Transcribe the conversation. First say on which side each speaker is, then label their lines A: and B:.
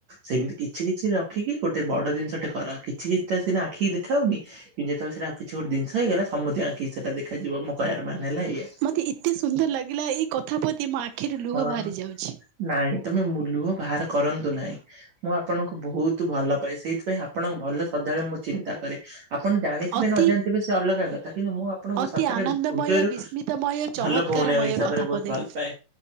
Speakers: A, on the right; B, on the right.
A: ସେମିତି କିଛି କିଛି ରଖିକି ଗୋଟେ ବଡ ଜିନିଷ ଟେ କରନ୍ତି। କିଛି କିଛି ନା ଆଖିକି ଦେଖାାଉନି କିନ୍ତ ଯେତେବେଳେ ସେଟାଉଛି ଗୋଟେ ଜି ହେଇଗ ସମସ୍ତ ଆଖି କି ସେଟା ଦେଖାଯିବ ମକାୟାର ମାନେ ହେଲା ଏୟା।
B: ମତେ ଏତେ ସୁନ୍ଦର ଲାଗିଲା ଏଇ କଥା ପଦେ ମୋ ଆଖିରେ ଲୁହ
A: ହଁ।
B: ବାହାରି ଯାଉଛି।
A: ନାଇଁ ତମେ ମୁ ଲୁହ ବାହାର କରନ୍ତୁ ନାହିଁ। ମୁଁ ଆପଣଙ୍କୁ ବହୁତ ଭଲ ପାଏ, ସେଇଥିପାଇଁ ଆପଣଙ୍କ ଭଲ ସଦାବେଳେ ମୁଁ ଚିନ୍ତା କରେ। ଆପଣ ଜାଣିଥିବେ
B: ଅତି
A: ନ ଜାଣିଥିବେ ସେ ଅଲଗା କଥା କିନ୍ତୁ ମୁଁ ଆପଣଙ୍କୁ
B: ଅତି
A: ସତରେ
B: ଆନନ୍ଦମୟ
A: ହୃଦୟରୁ
B: ବିସ୍ମିତମୟ ଚମତ୍କାରମୟ
A: ଭଲ ଭଉଣୀ ହିସାବରେ
B: କଥା
A: ବହୁତ
B: ପଦେ।
A: ଭଲ ପାଏ।